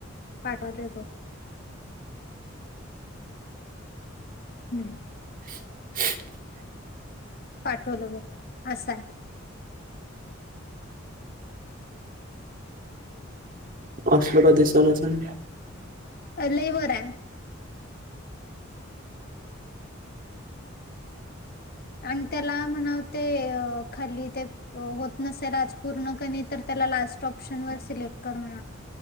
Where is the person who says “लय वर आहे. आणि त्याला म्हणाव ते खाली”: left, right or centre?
Left